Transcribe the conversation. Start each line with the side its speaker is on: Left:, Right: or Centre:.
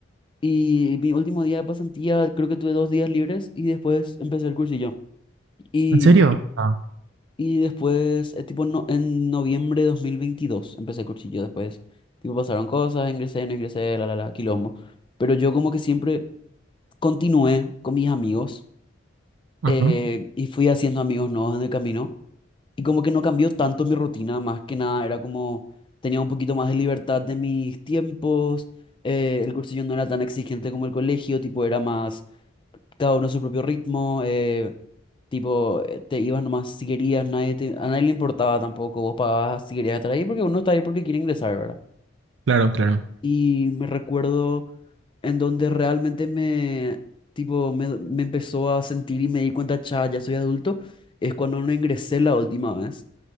Left: Y mi último día de pasantía, creo que tuve dos días libres y después empecé el cursillo. Y,
Right: ¿En serio? Ah.
Left: y después, eh, tipo, no, en noviembre de 2022 empecé el cursillo. Después, tipo, pasaron cosas, ingresé, no ingresé, la, la, la, quilombo. Pero yo como que siempre continué con mis amigos
Right: Ajá.
Left: eh, y fui haciendo amigos nuevos en el camino. Y como que no cambió tanto mi rutina, más que nada, era como tenía un poquito más de libertad de mis tiempos. eh, el cursillo no era tan exigente como el colegio, tipo, era más cada uno a su propio ritmo, eh, tipo, eh, te ibas nomás si querías, nadie te- a nadie le importaba tampoco, vos pagabas si querías estar ahí porque uno está ahí porque quiere ingresar, ¿verdad?
Right: Claro, claro.
Left: Y me recuerdo en donde realmente me, tipo, me, me empezó a sentir y me di cuenta, cha, ya soy adulto, es cuando no ingresé la última vez